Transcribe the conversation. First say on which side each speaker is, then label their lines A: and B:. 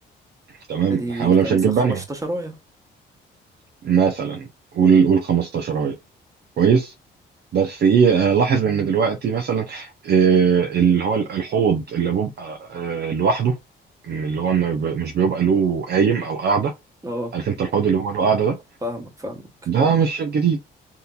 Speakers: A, on the right (about 55°); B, on the right (about 15°).
A: تمام
B: ادي
A: احنا ولا
B: خمسة
A: مش هنجيب
B: 15
A: بانيو
B: راية
A: مثلا قول قول 15 اهي كويس بس ايه آه، لاحظ ان دلوقتي مثلا آه، اللي هو الحوض اللي بيبقى آه، لوحده اللي هو ما بي- مش بيبقى له قايم او قاعده
B: اه
A: عارف انت الحوض اللي هو له قاعده ده
B: فاهمك فاهمك
A: ده مش الجديد